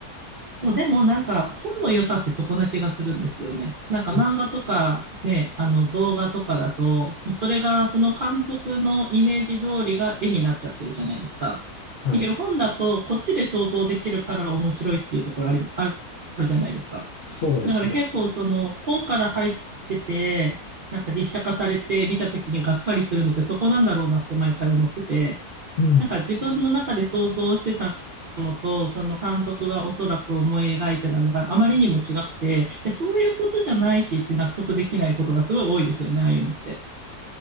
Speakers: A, on the right; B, on the left.
A: そう、でもなんか本の良さってそこな気がするんですよね。なんか漫画とかね、
B: で
A: あの動画とかだと、もうそれがその監督のイメージ通りが絵になっちゃってるじゃないですか。
B: はい、
A: だけど本だとこっちで想像できるから面白いっていうところあり、あるあるじゃないですか。
B: そうですよ。
A: だから結構その本から入ってて、なんか実写化されて見た時にがっかりするのってそこなんだろうなって毎回思ってて。
B: うん、
A: なんか自分の中で想像してたのと、その監督がおそらく思い描いてたのがあまりにも違くて、いや、そういうことじゃないしって納得できないことがすごい多いですよね、ああいうのって。